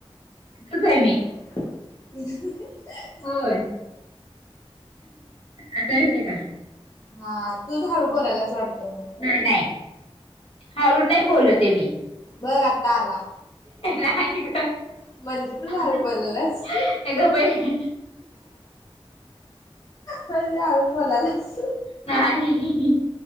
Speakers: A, on the left; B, on the left.
A: च आहे मी
B: ह
A: होय आता येतंय का?
B: हा तुच हळू बोलल्यास वाटतं.
A: नाय नाय हळू नाय बोल ते मी.
B: बघ आता आला.
A: नाय ग
B: म्हणजे तूच हळू
A: <unintelligible>
B: बोलायलास
A: ए गप्प अय्य.
B: म्हणून तु हळूच बोलालास.
A: नाही ही ही